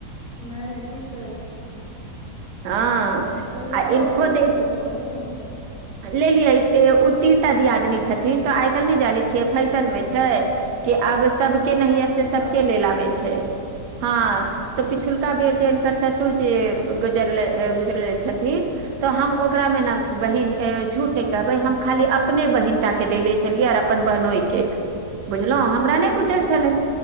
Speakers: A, on the left; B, on the right.
A: नै नै ठीक करै छथिन,
B: हँ
A: त लेलहुं,
B: आ इनको
A: कि सब
B: दे
A: लेलहुं बहिन।
B: लेलियै, ओ तीन टा दियादनी छथिन त आइ काल्हि नहि जानै छियै, फैशन मे छै कि आब सबके
A: हँ
B: नैहर से
A: ई
B: सबके
A: बात तऽ
B: लेल आबै छै। हां त पिछुलका बेर जे हिनकर ससुरजी गुजरले गुजरले छथिन त हम ओकरा मे ने बहिन झूठ नहि कहबै हम खाली अपने बहिन टा के देले छलियै आर अपन बहनोइ के। बुझलहुँ
A: ओ
B: हमरा नहि बुछल छलै।